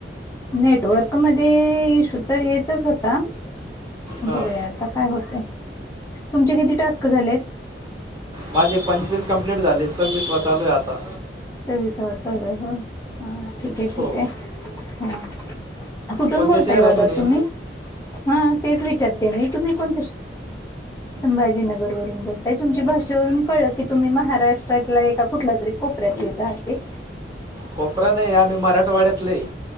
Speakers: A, on the left; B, on the right.
A: नेटवर्कमध्येध इशू तर येतच होता बघूया
B: हां
A: आता काय होत तुमचे किती टास्क झालेत
B: माझे पंचवीस कंप्लीट झाले सव्वीस व चालू आहे आता
A: विसावर चालू आहे हो ह ठीक आहे ठीक
B: हो
A: आहे हां कुठून
B: कोणत्या
A: बोलताय
B: शहरातून
A: दादा
B: आहे
A: तुम्ही हा तेच विचारते मी तुम्ही कोणते संभाजीनगर वरून बोलताय तुमच्या भाषेवरून कळलं की तुम्ही महाराष्ट्रातला एका कुठला तरी खूप रयत्नीच ते
B: कोपरा नाही आम्ही मराठवाड्यातलाही